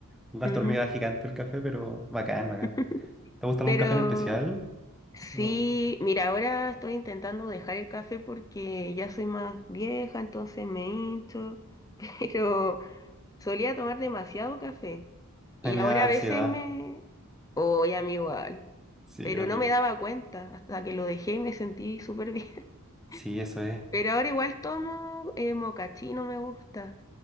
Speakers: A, in the centre; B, on the left.
A: un gasto
B: ujú.
A: hormiga gigante el café, pero bacán, bacán.
B: <laughs>
A: ¿Te gusta
B: Pero
A: algún café en especial?
B: sí,
A: O-
B: mira, ahora estoy intentando dejar el café porque ya soy más vieja, entonces me hincho, <laughs> pero solía tomar demasiado café y
A: A mí me
B: ahora
A: da ansiedad.
B: a veces me... Oye, a mí igual.
A: Sí,
B: pero
A: horrible.
B: no me daba cuenta hasta que lo dejé y me sentí súper bien. <laughs>
A: Sí, eso es.
B: Pero ahora igual tomo eh, mocachino, me gusta.